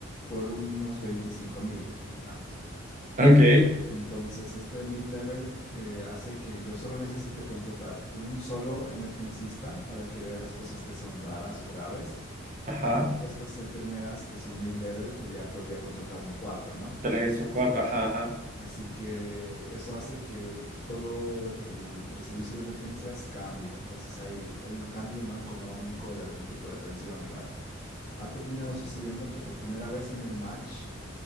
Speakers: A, on the left; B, on the right.
A: por unos veinticinco mil, digamos.
B: ok,
A: Entonces, este mid-level eh, hace que yo solo necesite contratar un solo emergencista para que vea las cosas que son raras o graves.
B: ajá.
A: Y estas enfermeras que son mid-level, que ya podría contratarme cuatro, ¿no?
B: Tres o cuatro, ajá, ajá.
A: Así que eso hace que el- todo el, el servicio de emergencias cambie. Entonces hay, hay un cambio no económico de aten- tipo de atención igual. Ha terminado sucediendo que por primera vez en el match